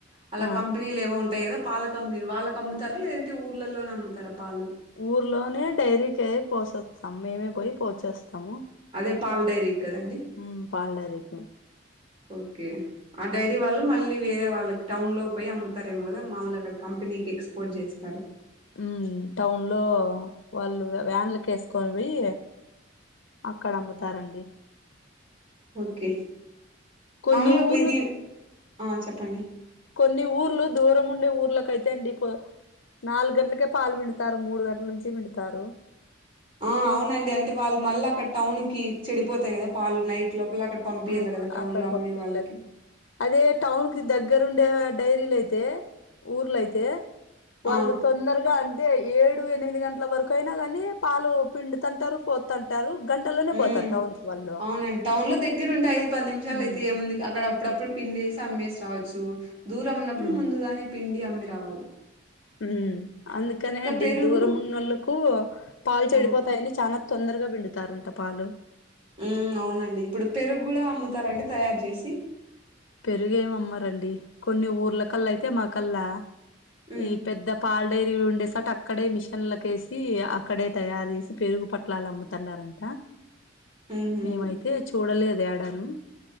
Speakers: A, on the right; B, on the left.
A: వాళ్ల
B: ఆ
A: కంపెనీలు ఏవో ఉంటాయి కదా పాల కంపెనీలు వాళ్ళకి అమ్ముతారా, లేదంటే ఊర్లలోనే అమ్ముతారా పాలు
B: ఊర్లోనే డైరీ <unintelligible> పోసేస్తాం మేమే పోయి పోసేస్తము
A: అదే పాలు డైరికి కదండి
B: ఉమ్ పాల్ డైరికి
A: ఓకే ఆ డైరీ వాళ్ళు మళ్ళీ వేరే వాళ్ళకి టౌన్ లో పోయి అమ్ముతారేమో గదా మాములుగ అక్కడ కంపెనీకి ఎక్స్పోర్ట్ జేస్తారు.
B: ఉమ్ టౌన్ లో వాళ్ళు వ్యాన్లకు ఏసుకొని పోయి అక్కడ అమ్ముతారండి
A: ఒకే
B: కొన్ని
A: మామూలు
B: ఊర్లు
A: ఇది ఆ చెప్పండి
B: కొన్ని ఊర్లు దూరం ఉండే ఊర్లకైతే అండి నాలుగు గంటలకే పాలు పిండుతారు మూడు గంటల నుంచి పిండుతారు
A: ఆ అవునండి అంటే వాళ్ళు మళ్ళ అక్కడ టౌన్ కి చెడిపోతాయి కదా పాలు నైట్ లోపల అక్కడ పంపియాల
B: ఆ
A: కదా టౌన్
B: అక్కడ
A: లో అమ్మే
B: పంపిళ్ళకి
A: వాళ్ళకి
B: అదే టౌన్ కి దగ్గరుండే డైరీలు అయితే ఊర్లయితే వాళ్ళు
A: ఆ
B: తొందరగా అం అదే ఏడు ఎనిమిది గంటల వరకు అయినా కాని పాలు పిండుతంటారు పోతాంటారు గనీ టలోనే
A: ఉమ్
B: పోతరు టౌనుకు వాళ్ళు
A: అవునండి టౌన్ లో దగ్గర ఉంటే ఐదు పది నిమిషాలు
B: ఉమ్
A: అయితే ఏముంది అక్కడ అప్పుడప్పుడు పిండేసి అమ్మేసి రావచ్చు దూరం ఉన్నప్పుడు
B: ఉమ్
A: ముందుగానే పిండి అమ్మి రావాల్ల
B: ఉమ్ అందుకనే అండి
A: పెరుగు
B: దూరము ఉన్నోళ్లకు పాలు చెడిపోతాయని
A: ఆ
B: చానా తొందరగా పిండు తారుంట పాలు
A: ఉమ్ అవునండి ఇప్పుడు పెరుగు కూడా అమ్ముతారండి తయారు చేసి
B: పెరుగు ఏమి అమ్మరండి కొన్ని ఊర్లకల్లా అయితే మాకల్లా
A: హ్మ్
B: ఈ పెద్ద పాల్ డైరీలు ఉండేసోట అక్కడే మిషన్లకేసి అక్కడే తయారు చేసి పెరుగు పొట్లాలు అమ్ము అన్నారంట
A: ఊహూ
B: మేమైతే చూడలేదు యాడాను